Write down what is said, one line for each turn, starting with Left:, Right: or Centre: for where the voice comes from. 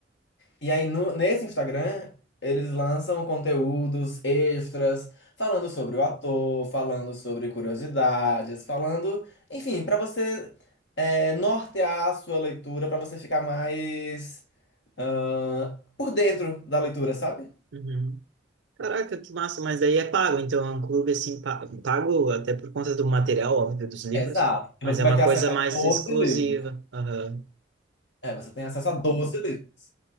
Left: E aí, no- nesse Instagram, eles lançam conteúdos extras, falando sobre o ator, falando sobre curiosidades, falando, enfim, para você é, nortear a sua leitura, para você ficar mais ah, por dentro da leitura, sabe?
Right: Uhum. Caraca, que massa, mas daí é pago, então é um clube assim, pa- pago até por conta do material, óbvio, dos livros,
Left: Exato. E
Right: mas
Left: você
Right: é
Left: vai
Right: uma
Left: ter acesso
Right: coisa
Left: a
Right: mais
Left: 12
Right: exclusiva.
Left: livros.
Right: Aham.
Left: É, você tem acesso a 12 livros.